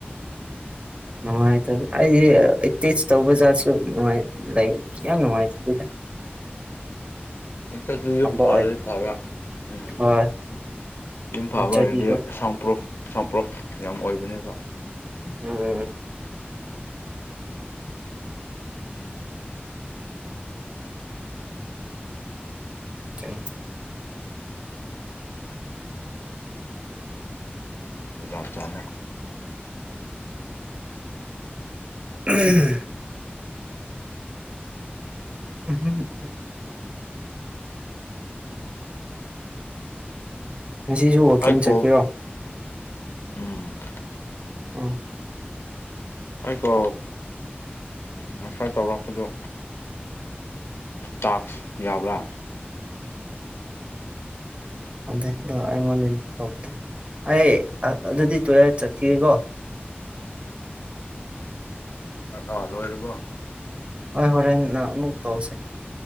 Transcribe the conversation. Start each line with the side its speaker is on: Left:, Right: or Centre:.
Right: ꯅꯨꯡꯉꯥꯏꯇ ꯑꯩꯗꯤ ꯑꯦꯇꯦꯁ ꯇꯧꯕ ꯖꯥꯠꯁꯨꯉꯥꯏ ꯂꯩ ꯌꯥꯝ ꯅꯨꯡꯉꯥꯏꯇꯦ ꯑꯗꯨꯏꯗ
Left: ꯑꯆꯥ ꯑꯗꯨꯏ ꯌ ꯐꯔꯗꯤ
Right: ꯑꯣꯏꯗꯦ
Left: ꯊꯕ ꯎꯝ
Right: ꯍꯣꯏ
Left: ꯌꯨꯝ
Right: ꯅꯠꯇ꯭ꯔꯗꯤꯀꯣ
Left: ꯐꯥꯕ ꯍꯥꯏꯔꯗꯤ ꯁꯥꯎꯝꯄ꯭ꯔꯣꯐ ꯁꯥꯎꯝꯄ꯭ꯔꯣꯐ ꯌꯥꯝ ꯑꯣꯏꯕꯅꯦꯀꯣ
Right: ꯎꯝ ꯆꯪ
Left: ꯂꯥꯝ ꯆꯅꯦ
Right: ꯎꯝ ꯑ ꯉꯁꯤꯁꯨ ꯋꯀꯤꯝ
Left: ꯑꯩ
Right: ꯆꯠꯀꯔꯣ
Left: ꯀꯣꯜ ꯎꯝ
Right: ꯎꯝ
Left: ꯑꯩꯀꯣ ꯉꯁꯥꯏ ꯇꯧꯔꯛꯄꯗꯣ ꯇꯥꯛꯁ ꯌꯥꯕ꯭ꯔꯥ
Right: ꯑꯥꯟꯗꯦꯗ ꯑꯩꯃ ꯤꯟ ꯁꯕꯇ ꯑꯩ ꯑꯗꯨꯗꯤ ꯇꯨꯌꯦꯜꯞ ꯆꯠꯈꯤꯦꯀꯣ
Left: ꯑ ꯂꯣꯏꯔꯕ
Right: ꯍꯣꯏ ꯍꯣꯔꯦꯟ ꯅꯪ ꯑꯃꯨꯛ ꯇꯧꯁꯤꯦ